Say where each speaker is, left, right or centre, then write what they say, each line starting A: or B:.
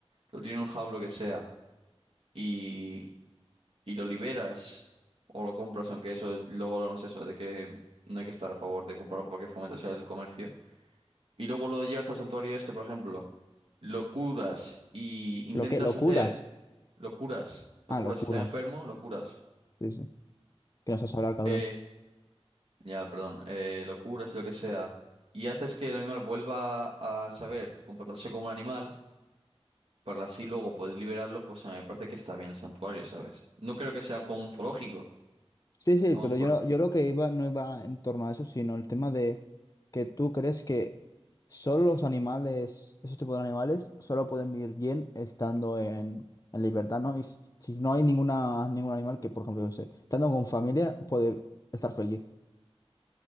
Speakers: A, on the right; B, on the left.
A: lo tienen en un jaulo, lo que sea, y, y lo liberas o lo compras, aunque eso luego lo no es eso, de que no hay que estar a favor de comprarlo porque fomentas el comercio, y luego lo llevas al santuario este, por ejemplo, lo curas y intentas
B: Lo que, lo cuidas.
A: hacer, lo curas, lo
B: Ah,
A: curas
B: locuras,
A: si está enfermo, lo curas,
B: Sí, sí. Que no sabes hablar, cabrón.
A: eh, ya, perdón, eh, lo curas, lo que sea. Y haces que el animal vuelva a saber comportarse como un animal, para así luego poder liberarlo, pues a mí me parece que está bien el santuario, ¿sabes? No creo que sea un- como un zoológico.
B: Sí, sí,
A: Vamos,
B: pero
A: por,
B: yo, no- yo lo que iba no iba en torno a eso, sino el tema de que tú crees que solo los animales, esos tipos de animales, solo pueden vivir bien estando en, en libertad, ¿no? Y s- si no hay ninguna, ningún animal que, por ejemplo, yo sé, estando con familia puede estar feliz,